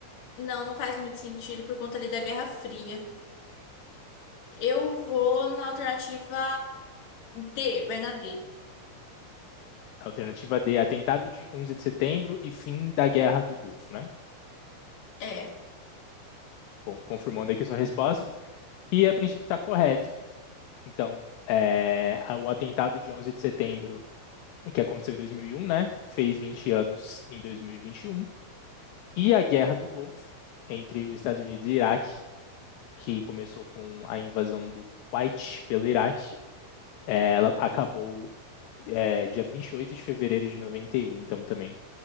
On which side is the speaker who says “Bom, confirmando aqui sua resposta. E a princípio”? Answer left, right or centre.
Left